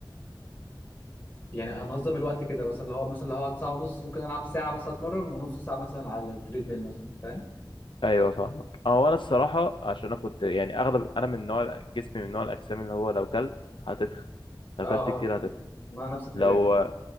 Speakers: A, on the left; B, on the left.
A: يعني انظم الوقت كده مثلا اللي هو مثلا اللي هو أقعد ساعه ونص ممكن العب ساعه مثلا اتمرن ونص ساعه مثلا على التريد ميل مثلا فاهم
B: ايوه فاهمك هو انا الصراحه عشان انا كنت يعني اغلب انا من نوع جسمي من نوع الاجسام اللي هو لو كلت هتتخن لو
A: اه
B: كلت
A: اه
B: كتير هتتخن
A: ما نفس الكلام
B: لو